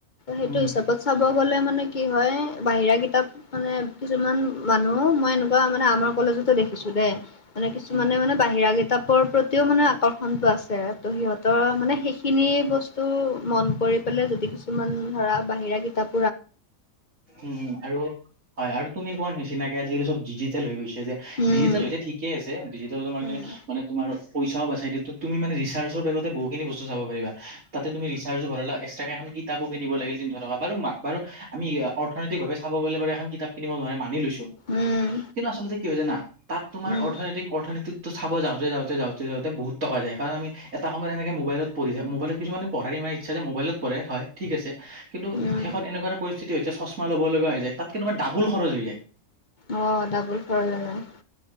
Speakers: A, on the left; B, on the right.
A: সেইটো
B: উম
A: হিচাপত চাব গলে মানে কি হয় বাহিৰা কিতাপ মানে কিছুমান মানুহ মই এনেকোৱা মানে আমাৰ কলেজতে দেখিছো দেই মানে কিছুমানে
B: উম
A: মানে বাহিৰা কিতাপৰ প্ৰতিও মানে আকৰ্ষণটো আছে ত' সিহঁতৰ মানে সেই খিনি বস্তু মন কৰি পেলাই যদি কিছুমান ধৰা বাহিৰা কিতাপ
B: উম আৰু হয় আৰু তুমি কোৱা নিচিনাকে আজিকালি চব ডিজিটেল হৈ গৈছে যে।
A: উম
B: ডিজিটেল হৈছে ঠিকে আছে ডিজিটেল হৈ আমাৰ
A: উম
B: কেনে মানে তোমাৰ পইচাও বাচাই দিয়ে তু তুমি মানে ৰিচাৰ্জো বেগতে বহুখিনি বস্তু চাব পাৰিবা। তাতে তুমি ৰিচাৰ্জো ভৰালা এক্সট্ৰাকে এখন কিতাপো কিনিব লাগিল তিনশ টকা বাৰু মা বাৰু আমি অৰ্থনৈতিক ভাৱে চাব গ'লে বাৰু এখন কিতাপ কিনিব নোৱাৰে মানি লৈছোঁ।
A: উম
B: কিন্তু আচলতে কি হয় জানা তাত তোমাৰ
A: উম
B: অৰ্থনৈতিক অৰ্থনীতিত টো চাব যাওঁতে যাওঁতে যাওঁতে যাওঁতে বহুত টকা যায় কাৰণ আমি এটা সময়ত হেনেকে মোবাইলত পঢ়ি থা মোবাইলত কিছুমানে পঢ়াৰ ইমান ই ইচ্ছা যে মোবাইলত পঢ়ে হয় ঠিক আছে কিন্তু
A: উম
B: শেষত এনেকুৱা এটা পৰিস্থিতি এতিয়া চ্ছমা ল'ব লগা হৈ যায় তাতকে তোমাৰ ডাবুল খৰচ হৈ যায়।
A: অ ডাবুল খৰচ হৈ যায়।